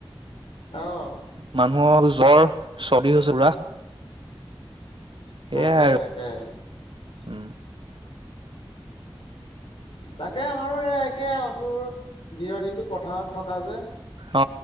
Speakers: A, on the left; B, on the right.
A: অ
B: মানুহৰ জ্বৰ চৰ্দি হৈছে পোৰা সেইয়াই
A: তাকে
B: আৰু
A: তাকে।
B: উম
A: তাকে আমাৰো এই একে তোৰ দিনৰদিনটো পথাৰত থকা যে।
B: অ